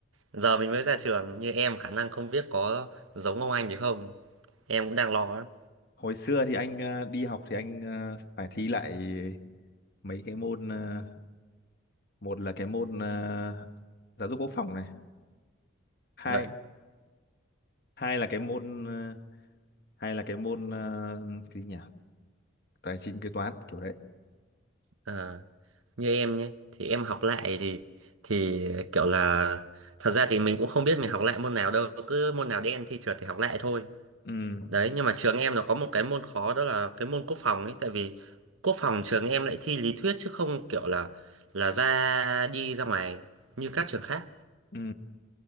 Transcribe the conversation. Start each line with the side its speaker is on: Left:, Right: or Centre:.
Right: Giờ mình mới ra trường như em khả năng không biết có giống ông anh thì không. Em cũng đang lo lắm.
Left: hồi xưa thì anh ờ, đi học thì anh ờ, phải thi lại mấy cái môn ờ, một là cái môn ờ, giáo dục quốc phòng này hai
Right: Đấy.
Left: hai là cái môn ờ, hai là cái môn ờ, cái gì nhỉ tài chính kế toán kiểu đấy
Right: À, như em nhé, thì em học lại thì thì kiểu là thật ra thì mình cũng không biết mình học lại môn nào đâu, cứ môn nào đen thi trượt thì học lại thôi.
Left: ừ
Right: Đấy, nhưng mà trường em nó có một cái môn khó đó là cái môn quốc phòng ấy, tại vì quốc phòng trường em lại thi lý thuyết chứ không kiểu là là ra đi ra ngoài như các trường khác.
Left: ừ